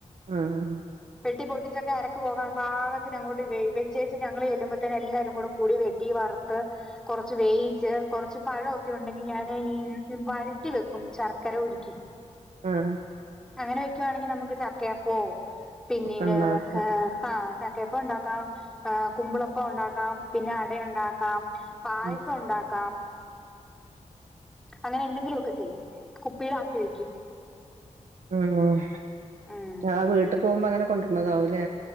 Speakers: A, on the right (about 80°); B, in the centre.
A: ആഹ്
B: വെട്ടി പൊട്ടിച്ചൊക്കെ അരക്ക് പോകാൻ പാകത്തിൻ അങ്ങോട്ട വേ വെച്ചേ ച് ഞങ്ങള് ചെല്ലുമ്പോത്തനെ എല്ലാരും കൂടെ കൂടി വെട്ടി വറുത്ത് കൊറച്ച് വേയിച്ച് കൊറച്ച് പഴൊക്കെ ഉണ്ടെങ്കി ഞാൻ ഈ വരറ്റി വെക്കും ശർക്കര ഉരുക്കി
A: ആഹ്
B: അങ്ങനെ വെക്കുവാണെങ്കിൽ നമുക്ക് ചക്കയപ്പോ പിന്നീട്
A: ഒക്കെ ഉണ്ടാക്ക
B: ഹ് അഹ് ചക്കയപ്പം ഒണ്ടാക്കാം ഉഹ് കുമ്പളൊപ്പം ഒണ്ടാക്കാം പിന്നെ അട ഒണ്ടാക്കാം പായസം
A: ആ
B: ഒണ്ടാക്കാം അങ്ങനെ എന്തെങ്കിലും ഒക്കെ ചെയ്യും കുപ്പിലാക്കി വെക്കും
A: ഉം
B: ഉം
A: ആഹ് വീട്ടിൽ പോകുമ്പോ അങ്ങനെ കൊണ്ടുവരന്നതാവൂലേ